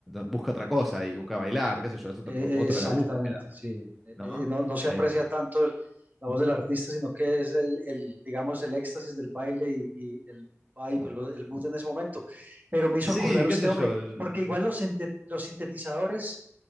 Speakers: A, in the centre; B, on the right (about 35°).
A: busca otra cosa y busca bailar, qué sé yo, es otro-
B: Eh,
A: otra
B: exactamente,
A: la búsqueda,
B: sí. Eh,
A: ¿no?
B: eh, no, no se
A: Eh,
B: aprecia tanto el- la voz del artista, sino que es el, el, digamos, el éxtasis del baile y, y el vibe, lo- el mood en ese momento. Pero me hizo
A: Sí,
B: acordar
A: qué
B: usted,
A: sé yo.
B: hombre,
A: el-
B: porque igual los, sinte- los sintetizadores